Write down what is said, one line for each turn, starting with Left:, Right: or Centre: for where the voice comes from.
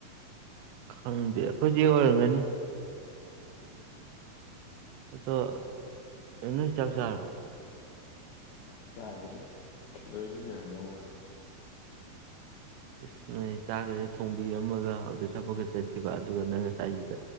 Right: ꯈꯪꯗꯦ ꯑꯩꯈꯣꯏ ꯆꯦ ꯑꯣꯏꯔꯝꯒꯅꯤ ꯑꯗꯣ <unintelligible> ꯅꯣꯏ ꯆꯥꯛ ꯆꯥꯔꯕꯣ
Left: ꯆꯥꯛ ꯆꯥꯗ꯭ꯔꯤ ꯂꯣꯏꯗꯤ ꯂꯣꯏꯔꯝꯗꯧ ꯃꯥꯟ
Right: ꯑꯁ ꯅꯣꯏꯗꯤ ꯆꯥꯛꯒꯖꯦ ꯊꯣꯡꯕꯤꯔꯝꯃꯒ ꯑꯗꯨ ꯊꯕꯛꯀ ꯆꯠꯈꯤꯕ ꯑꯗꯨꯒ ꯅꯪꯅ ꯁꯥꯏꯖꯤꯗ